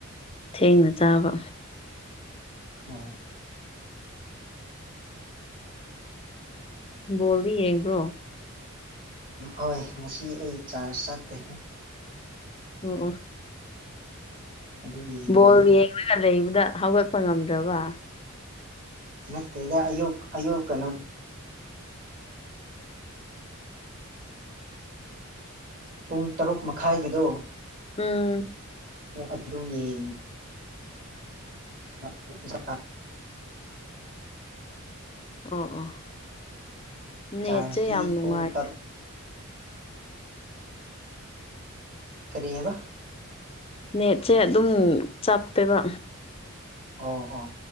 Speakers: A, on the left; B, on the right.
A: ꯊꯦꯡꯅ ꯆꯥꯕ
B: ꯑꯣ
A: ꯕꯣꯜꯗꯤꯌꯦꯕ꯭ꯔꯣ
B: ꯍꯣꯏ ꯉꯁꯤ ꯑꯩ ꯆꯥꯔꯖ ꯆꯠꯇꯦꯍꯦ
A: ꯑꯣ ꯑꯣ
B: ꯑꯗꯨ ꯌꯦꯡꯕꯒꯤ
A: ꯕꯣꯜ ꯌꯦꯡꯂꯒ ꯂꯩꯕꯗ ꯍꯧꯒꯠꯄ ꯉꯝꯗ꯭ꯔꯥꯕ
B: ꯅꯠꯇꯦꯗ ꯑꯌꯨꯛ ꯑꯌꯨꯛ ꯀꯩꯅꯣ ꯄꯨꯡ ꯇꯔꯨꯛ ꯃꯈꯥꯏꯒꯤꯗꯣ
A: ꯎꯝ
B: ꯑꯣ ꯑꯗꯨ ꯌꯦꯡ <unintelligible>
A: ꯑꯣ ꯑꯣ ꯅꯦꯠꯁꯦ
B: ꯆꯥꯔꯖꯇꯤ
A: ꯌꯥꯝ ꯅꯨꯡꯉꯥꯏ
B: ꯄꯨꯡ ꯇꯔꯨꯛ ꯀꯔꯤ ꯍꯥꯏꯕ
A: ꯅꯦꯠꯁꯦ ꯑꯗꯨꯝ ꯆꯞꯄꯦꯕ
B: ꯑꯣ ꯑꯣ